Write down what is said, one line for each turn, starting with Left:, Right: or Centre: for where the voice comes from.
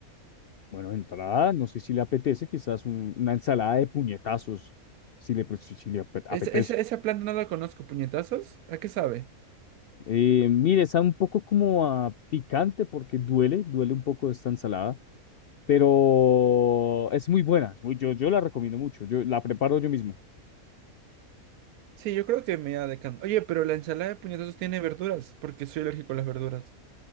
Left: bueno, de entrada, no sé si le apetece, quizás un- una ensalada de puñetazos, si le, pues, si si le apet- apetece.
Right: ¿Ese- ese- esa planta no la conozco, puñetazos? ¿A qué sabe?
Left: Eh, mire, está un poco como a picante porque duele, duele un poco esta ensalada, pero es muy buena, es muy- yo, yo la recomiendo mucho, yo la preparo yo mismo.
Right: Sí, yo creo que me ha decantar. Oye, pero la ensalada de puñetazos tiene verduras, porque soy alérgico a las verduras.